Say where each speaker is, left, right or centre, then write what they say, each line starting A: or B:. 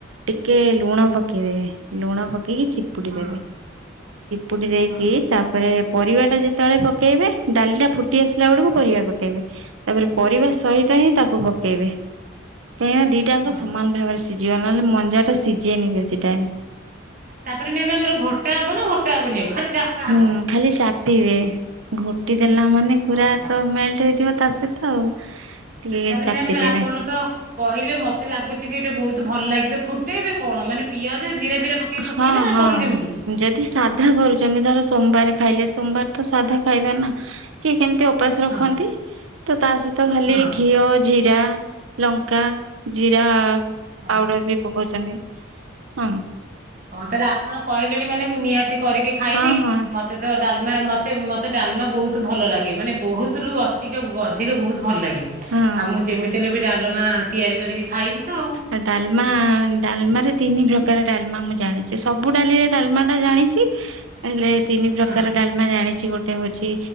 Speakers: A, on the right; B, on the right.
A: ଟିକେ ଲୁଣ ପକେଇଦେବେ ଲୁଣ ପକେଇକି ଚିପୁଡ଼ି
B: ହଁ
A: ଦେବେ। ଚିପୁଡି ଦେଇକି
B: ହଁ
A: ତାପରେ ପରିବା ଟା ଯେତେବେଳେ ପକେଇବେ ଡାଲିଟା ଫୁଟ ଫୁଟି ଆସିଲା ବେଳକୁ
B: ହଁ
A: ପରିବା
B: ହଁ
A: ପକେଇବେ ତାପରେ ପରିବା ସହିତ ହିଁ ତାକୁ ପ ପକେଇବେ କାହିଁକି ନା ଦିଟାଙ୍କ
B: ହଁ
A: ସମାନ ଭାବରେ ସିଝିବ ନହେଲେ ମଞ୍ଜାଟା ସିଝେନି ବେଶୀ ଟାଇମ୍।
B: ତାପରେ ମ୍ୟାମ୍ ଆମର ଘୋଟା ହବ ନା ଘୋଟା ହବନି ଆଉ ଖାଲି ଚାପା
A: ହୁଁ
B: ହବ।
A: ଖାଲି ଚାପିବେ ଘୋଟି ଦେଲା ମାନେ ଖୁରା
B: ଓହୋ
A: ତ ମେ ମେଲ୍ଟେ ହେଇଯିବା ତା ସହିତ ଆଉ। ଟିକେ
B: ତାହେଲେ
A: ଚାପିଦେବେ।
B: ମ୍ୟାମ୍ ଆପଣ ତ କହିଲେ ମତେ ଲାଗୁଛି କି ଏଇଟା ବହୁତ ଭଲ ଲାଗିବ ଫୁଟେଇବେ କଣ ମାନେ ପିଆଜ ଜିରା ଫିରା ପ ପକେଇକି
A: ହଁ
B: ଫୁଟେଇବେ ନା
A: ହଁ।
B: କଣ କେମିତି?
A: ଯଦି ସାଧା କରୁଛନ୍ତି ଧର ସୋମବାର ଖାଇଲେ ସୋମବାର ତ ସାଧା ଖାଇବେ ନା କିଏ କେମିତି ଉପାସ ରଖନ୍ତି
B: ହଁ
A: ତ ତା ସହିତ ଖାଲି
B: ହଁ।
A: ଘିଅ ଜିରା ଲଙ୍କା ଜିରା
B: ଓହୋ
A: ପାଉଡର ବି ପକଉଛନ୍ତି ହଁ।
B: ହଉ ତାହେଲେ ଆପଣ କହିଲେଣି ମାନେ ମୁଁ ନିହାତି କରିକି ଖାଇବି।
A: ହଁ ହଁ
B: ମତେ ମତେ ତ ଡାଲମା ମତେ ମତେ ଡାଲମା ବୋହୁତୁ ଭଲ ଲାଗେ ମାନେ ବୋହୁତୁରୁ ଅଧିକ ବୋହୁତୁ। ଟିକେ ବହୁତ ଭଲ ଲାଗେ
A: ହଁ।
B: ଆଉ ମୁଁ ଯେମିତି ହେଲେ ବି ଡାଲମା ତିଆରି କରିକି ଖାଇବି ତ ଆଉ।
A: ଆ ଡାଲମା ଡାଲମାରେ ତିନି ପ୍ରକାର ଡାଲମା ମୁଁ ଜାଣିଛି ସବୁ ଡାଲିରେ ଡାଲମାଟା ଜାଣିଛି ହେଲେ ତିନି ପ୍ରକାର
B: ହଁ
A: ଡାଲମା ଜାଣିଛି ଗୋଟେ ହଉଛି